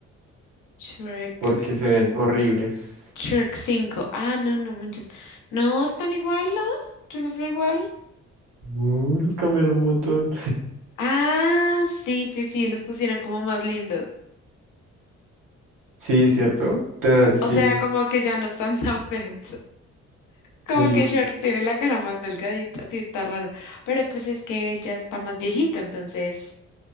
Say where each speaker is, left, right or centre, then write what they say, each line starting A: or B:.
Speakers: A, on the left; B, on the right.
A: Shrek,
B: porque se ven horribles.
A: Shrek 5. Ah, no, no manches. No, están igual, ¿no? Yo los veo igual.
B: Uh, los cambiaron un montón.
A: Ah, sí, sí, sí, los pusieron como más lindos.
B: Sí, ¿cierto? Ta- sí,
A: O sea, como que ya no están <laughs> tan feos. Como
B: sí,
A: que Shark tiene la cara más delgadita, sí, está raro. Pero pues es que ya está más viejito, entonces